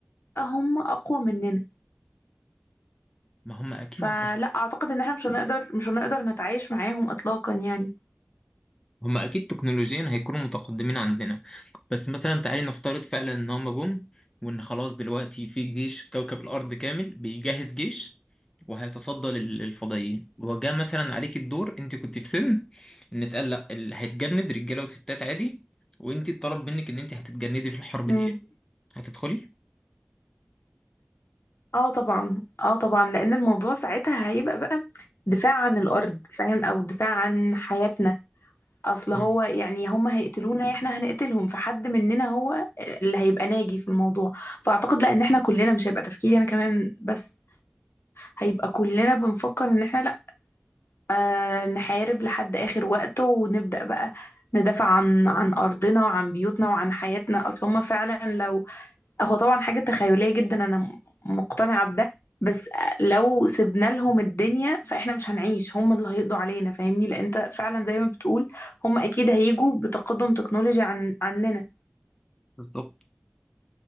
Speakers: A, on the left; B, on the left.
A: هم أقوى مننا
B: ما هم أكيد
A: فلا أعتقد إن احنا مش هنقدر مش هنقدر نتعايش معاهم إطلاقا يعني
B: هما اكيد تكنولوجيا هيكونوا متقدمين عندنا بس مثلا تعالي نفترض فعلا ان هما جم وان خلاص دلوقتي في جيش كوكب الارض كامل بيجهز جيش وهيتصدى لل- للفضائيين وجاء مثلا عليك الدور انت كنت في سن ان اتقال لا اللي هيتجند رجاله وستات عادي وانت اتطلب منك ان انت هتتجندي في الحرب
A: مم.
B: دي هتدخلي
A: اه طبعا اه طبعا لان الموضوع ساعتها هيبقى بقى دفاع عن الارض فاهم او دفاع عن حياتنا اصل
B: مم.
A: هو يعني هم هيقتلونا احنا هنقتلهم فحد مننا هو اللي هيبقى ناجي في الموضوع فاعتقد لا ان احنا كلنا مش هيبقى تفكيري انا كمان بس هيبقى كلنا بنفكر ان احنا لا آه نحارب لحد اخر وقت ونبدأ بقى ندافع عن عن ارضنا وعن بيوتنا وعن حياتنا اصل هم فعلا لو هو طبعا حاجة تخيلية جدا أنا م- مقتنعة بده بس لو سيبنا لهم الدنيا فإحنا مش هنعيش هم اللي هيقضوا علينا فاهمني لأن أنت فعلا زي ما بتقول هم أكيد هيجوا بتقدم تكنولوجي عن عننا
B: بالظبط